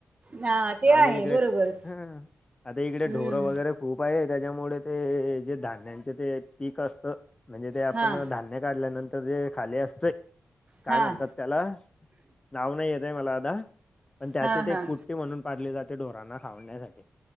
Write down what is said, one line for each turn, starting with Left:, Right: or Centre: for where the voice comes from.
Right: हां, ते
Left: आम्ही
Right: आहे
Left: इकड
Right: बरोबर.
Left: हा आता इकडे
Right: हं.
Left: ढोरं वगैरे खूप आहे त्याच्यामुळे ते जे धान्यांचे ते पीक असत म्हणजे ते आपण
Right: हां,
Left: धा न्य- काढल्यानंतर जे खाली असत काय
Right: हां.
Left: म्हणतात त्याला? नाव नाय येत आय मला आता पण त्याचे
Right: हां,
Left: ते
Right: हां.
Left: कू ट्टी- म्हणून पाडले जाते ढोरांना खावाण्यासाठी